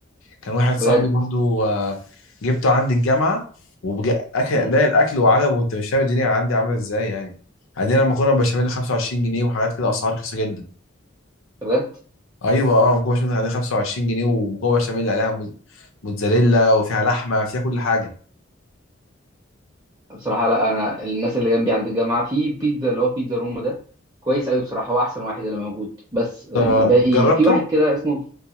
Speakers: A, on the left; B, on the right.
A: كان واحد صاحبي
B: بجد
A: برضو آه، جبته عندي الجامعة وأكل
B: امم
A: باقي الأكل وعجبه وأنت مش فاهم الدنيا عندي عاملة إزاي يعني عندنا مكرونة بشاميل 25 جنيه وحاجات كده أسعار رخيصة جدا
B: بجد
A: أيوة أه مكرونة بشاميل عندنا 25 جنيه ومكرونة بشاميل عليها موز- موتزاريلا وفيها لحمة فيها كل حاجة
B: بصراحه لا انا الناس اللي جنبي عند الجامعه في بيتزا اللي هو بيتزا روما ده كويس قوي بصراحه هو احسن واحد اللي موجود بس يعني
A: آه،
B: الباقي
A: جربته
B: في واحد كده اسمه